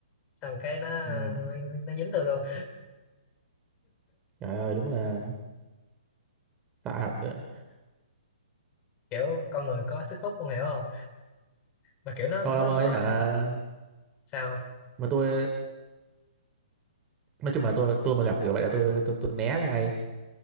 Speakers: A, on the left; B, on the right.
A: xong cái nó
B: ừ
A: nó dính tôi luôn
B: trời ơi đúng là tạ thật nữa
A: kiểu con người có sức hút con hiểu không mà kiểu nó
B: thôi
A: nó
B: ông ơi
A: nó
B: hả
A: sao
B: mà tôi nói chung là tôi tôi mà gặp kiểu vậy là tôi tôi tôi né ra ngay